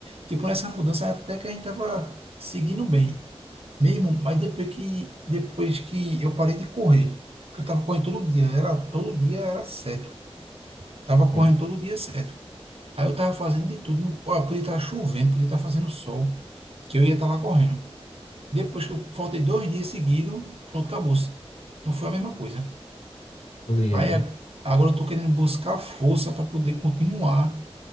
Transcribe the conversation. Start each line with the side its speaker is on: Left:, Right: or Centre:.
Right: Tipo, nessa mudança até que a gente tava seguindo bem. Mesmo, mas depois que, depois que eu parei de correr, porque eu tava correndo todo dia, era todo dia era certo. Tava
Left: Hum,
Right: correndo todo dia certo. Aí eu tava fazendo de tudo, não- ó, podia estar chovendo, podia estar fazendo sol, que eu ia estar lá correndo. Depois que eu faltei dois dias seguidos, pronto, acabou-se. Não foi a mesma coisa.
Left: tô ligado.
Right: Aí a- agora eu tô querendo buscar força para poder continuar